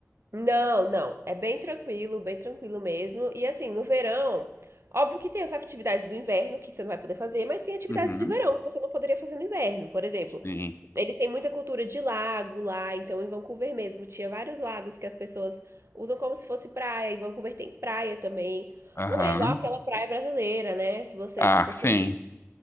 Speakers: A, on the right; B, on the left.
A: Não, não. É bem tranquilo, bem tranquilo mesmo. E assim, no verão, óbvio que tem as atividades do inverno que você não vai poder fazer, mas tem atividades
B: Uhum,
A: do verão que você não poderia fazer no inverno. Por exemplo,
B: sim.
A: eles têm muita cultura de lago lá, então em Vancouver mesmo tinha vários lagos que as pessoas usam como se fosse praia. Em Vancouver tem praia também.
B: Aham.
A: Não é igual aquela praia brasileira, né? Que você,
B: Ah,
A: tipo
B: sim.
A: assim,